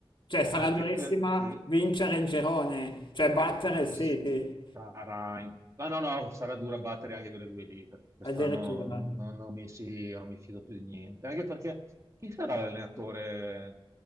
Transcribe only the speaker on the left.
Cioè, sarà
durissima
vincere il girone, cioè battere
il City
addirittura.